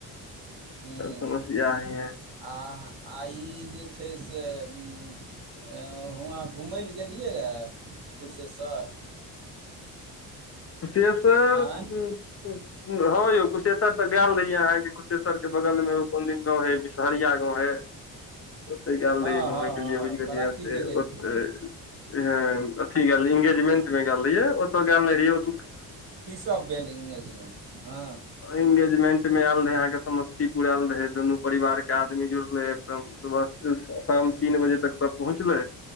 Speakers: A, on the right; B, on the left.
A: हूँ
B: समस्या ही है
A: आ आ ई जे छै से उ हुआँ घुमय लए गेलियै रहए कुशेश्वर
B: कुशेश्वर
A: आँय
B: हँ यौ कुशेश्वर त गेल रहियै अहाँके कुशेश्वर के बगल मे एगो कोन दिन गाँव हय डरिया गाँंव हे ओते गेल
A: हँ
B: रहि घुमय
A: हँ
B: के
A: हँ
B: लिए बुझि गेलियै
A: बराती जे गेल
B: ओते
A: रही
B: ह अथी गेल रहिये अंगेजमेंट मे गल रहहिऐ ओत गेल नय रहीए
A: की सब भेल इंगेजमेंट म
B: एंगेजमेंट मे आयल रहै अहाँके समस्तीपुर आयल रहै दुनू परिवार के आदमी जुड़ल रहे एकदम <unintelligible> शाम तीन बजे तक सब पहुँचले